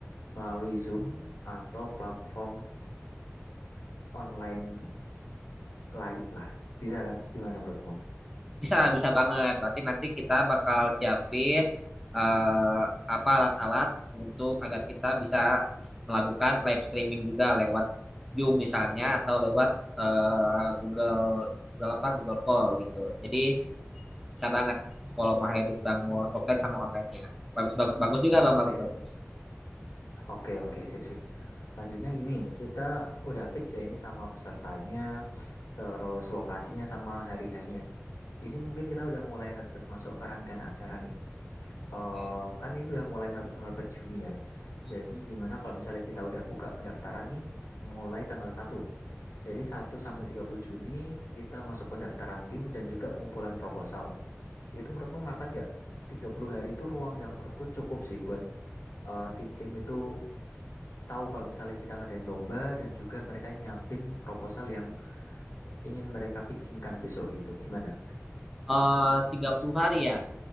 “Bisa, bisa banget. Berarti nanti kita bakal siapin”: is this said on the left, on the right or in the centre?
Centre